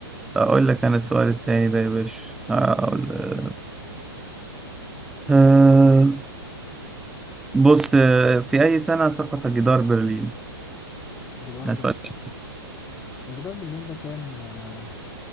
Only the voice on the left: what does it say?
جدار
بر...
جدار برلين ده كان آه،